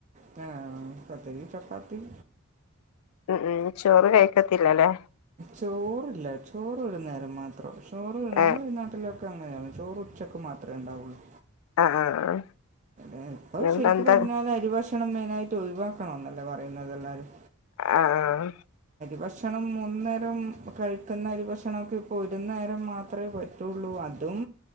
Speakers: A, on the right; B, on the left.
A: താ പത്തിരീം ചപ്പാത്തീം
B: ഉം ഉം ചോറ് കഴിക്കത്തില്ലല്ലേ
A: ചോറില്ല ചോറ് ഒരുനേരം മാത്രം ചോറ് നമ്മൾ
B: ഏഹ്
A: ഈ നാട്ടിലൊ ക്കെ അങ്ങനേണ് ചോറ് ഉച്ചക്ക് മാത്രേ ഇണ്ടാവുള്ളൂ
B: അ ആഹ്
A: എഹ് ഇപ്പൊ
B: എന്നിട്ടെന്താ
A: ശെരിക്കു പറഞ്ഞാല അരിഭക്ഷ് ക്ഷണം മെയിനായിട്ട് ഒഴിവാക്കണോന്നല്ലേ പറയുന്നത് എല്ലാരും
B: ആഹ്
A: ഭക്ഷണം മൂന്ന് നേരം പ്പ കഴിക്കുന്ന അരി ഭക്ഷണം ത്ഇപ്പോ ഒരു നേരം മാത്രേ പറ്റൊള്ളൂ അതും